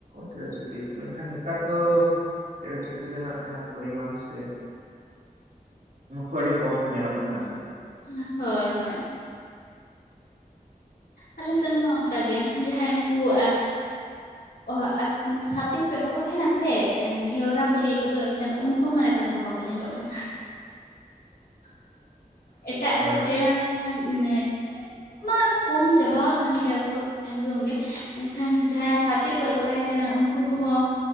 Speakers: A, on the right (about 70°); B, on the left (about 85°).
A: ᱪᱮᱬᱮ ᱪᱩᱯᱲᱤᱡ ᱠᱚ ᱢᱮᱱᱠᱟᱱ ᱱᱮᱛᱟᱨ ᱫᱚ ᱪᱮᱸᱬᱮ ᱪᱩᱯᱲᱤ ᱨᱮᱱᱟᱜ ᱡᱟᱦᱟᱸ ᱯᱚᱨᱤᱢᱟᱱ ᱥᱮ ᱱᱩᱠᱩ ᱟᱹᱰᱤ ᱠᱚᱢ ᱠᱚ ᱧᱮᱞᱚᱜ ᱠᱟᱱᱟ ᱟᱨᱠᱤ᱾
B: ᱦᱮᱸ ᱦᱳᱭ ᱦᱳᱭ᱾ ᱟᱞᱮ ᱥᱮᱱᱢᱟ ᱚᱱᱠᱟᱜᱮ ᱮᱱᱠᱷᱟᱱ ᱡᱟᱦᱟᱸᱭ ᱩᱱᱠᱩ ᱮᱻ ᱚᱸᱦᱚᱸ ᱟᱛ ᱢᱟᱱᱮ ᱥᱟᱛᱮ ᱠᱚᱨᱮ ᱵᱟᱠᱚ ᱛᱟᱦᱮᱱᱟ ᱥᱮ ᱜᱷᱮᱣᱨᱟ ᱠᱚ ᱞᱟᱹᱭ ᱠᱚᱫᱚ ᱮᱱᱠᱷᱟᱱ ᱩᱱᱠᱩ ᱦᱚᱸ ᱱᱮᱛᱟᱨ ᱢᱟ ᱵᱟᱠᱚ ᱧᱮᱞᱚᱜ ᱠᱟᱱᱟ᱾
A: <unintelligible>
B: ᱮᱴᱟᱜ
A: ᱦᱳᱭ
B: ᱠᱚ ᱪᱮᱬᱮ ᱠᱚᱢᱟ ᱢᱟ ᱱᱮ <unintelligible> ᱠᱚᱢ ᱪᱟᱵᱟᱣ ᱟᱠᱟᱱ ᱜᱮᱭᱟ ᱠᱚ᱾ ᱮᱠᱫᱚᱢ ᱜᱮ ᱮᱱᱠᱷᱟᱱ ᱡᱟᱦᱟᱸᱭ ᱥᱟᱛᱮ ᱠᱚᱨᱮ ᱠᱚ ᱛᱟᱦᱮᱱ ᱛᱟᱦᱮᱱᱟ ᱩᱱᱠᱩ ᱠᱚᱦᱚᱸ